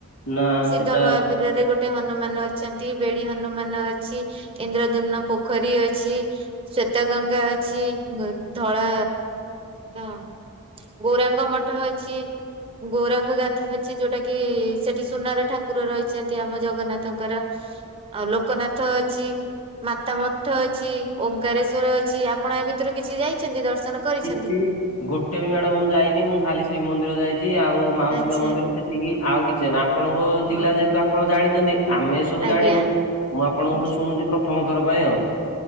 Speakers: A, on the left; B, on the right.
A: ନା
B: ସିଦ୍ଧ
A: ସେଟା
B: ମହାବୀରରେ ଗୋ ଗୋଟେ ହନୁମାନ ଅଛନ୍ତି ବେଡି ହନୁମାନ ଅଛି ଇନ୍ଦ୍ରଧୁମ୍ନ ପୋଖରୀ ଅଛି ଶ୍ଵେତ ଗଙ୍ଗା ଅଛି ଧଳା ତ ଗୌରାଙ୍ଗ ମଠ ଅଛି। ଗୌରାଙ୍ଗ ଗାଥା ଅଛି ଯୋଉଟା କି ସେଠି ସୁନାର ଠାକୁର ରହିଛନ୍ତି ଆମ ଜଗନ୍ନାଥଙ୍କର। ଆଉ ଲୋକନାଥ ଅଛି। ମାତା ମଠ ଅଛି ଓମ୍କାରେଶ୍ଵର ଅଛି ଆପଣ ଏ ଭିତରୁ କିଛି ଯାଇଛନ୍ତି ଦର୍ଶନ କରିଛନ୍ତି?
A: କିଛି ଗୋଟେ ବି ମ୍ୟାଡ଼ମ ମୁଁ ଯାଇନି ମୁଁ ଖାଲି ଶ୍ରୀମନ୍ଦିର ଯାଇଛି ଆଉ ମାଉସୀ
B: ଆଚ୍ଛା
A: ମା ମନ୍ଦିର ସେତିକି ଆଉ କିଛି ଆପଣଙ୍କ ଜିଲ୍ଲା
B: ହଉ
A: ଯେହେତୁ ଆପଣ ଜାଣିଛନ୍ତି ଆମେ ସବୁ
B: ଆଜ୍ଞା
A: ଜାଣିନୁ ମୁଁ ଆପଣଙ୍କ
B: ଆଛା।
A: ଠୁ ଶୁଣୁଛି ପ୍ରଥମ ଥର ପାଇଁ ଆଉ।